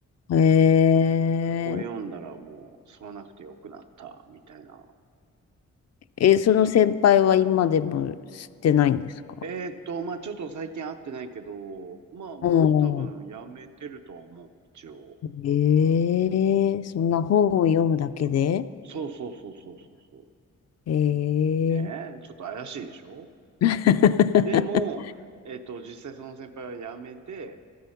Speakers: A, on the left (about 60°); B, on the right (about 75°).
A: へえ。
B: これ読んだらもう吸わなくてよくなった、みたいな。
A: え、その先輩は今でも知ってないんですか
B: えーっと、まあちょっと最近会ってないけど、まあもう多分やめてるとは思う、
A: おう
B: 一応。
A: ええ、そんな本を読むだけで
B: そうそうそうそうそうそ
A: ええ。
B: う。ねえ、ちょっと怪しいでしょ
A: <laughs>
B: でも、えっと、実際その先輩は辞めて、